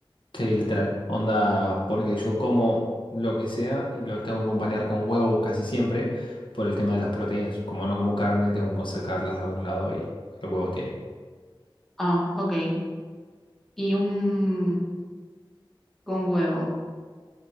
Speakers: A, on the left; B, in the centre.
A: Sí, literal. Onda, porque yo como lo que sea y lo tengo que acompañar con huevo casi siempre por el tema de las proteínas. Como no como carne, tengo que sacarlas de algún lado y el huevo tiene.
B: Ah, ok. Y un con huevo.